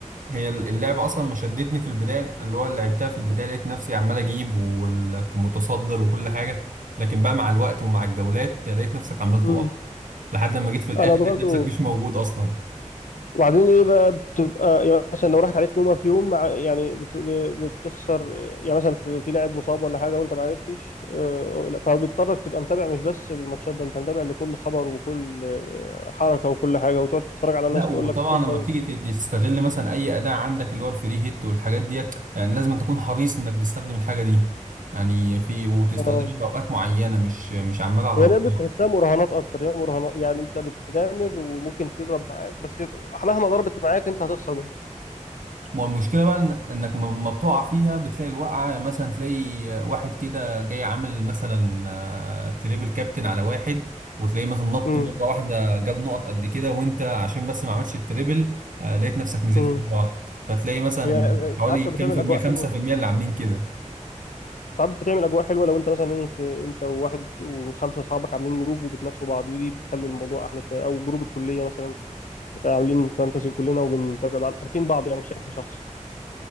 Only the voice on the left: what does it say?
مم.
انا برضو
وبعدين ايه بقى بتبقى يعني مثلا لو راحت عليك نومه في يوم مع يعني بت- بتخسر يعني مثلا في في لاعب مصاب ولا حاجه وانت ما عرفتش آه، لا، فبيضطرك تبقى متابع مش بس للماتشات ده انت متابع لكل خبر وكل آه، حركه وكل حاجه وتقعد تتفرج على
ناس
تقول لك خد ده
وشيل
ده
اه
هي
لعبه تحسها مراهنات اكتر هي مراهنات يعني انت بتغامر وممكن تضرب معاك بس مهما ضربت معاك انت هتخسر برضه
امم
امم
هي آه،
ساعات كانت
بتعمل
اجواء
حلوه
ساعات بتعمل اجواء حلوه لو انت مثلا ايه في انت وواحد وخمسه اصحابك عاملين جروب وبتنافسوا بعض دي بتخلي الموضوع احلى شويه او جروب الكليه مثلا عاملين فانتسي كلنا وبنتابع بعض عارفين بعض يعني بشكل شخصي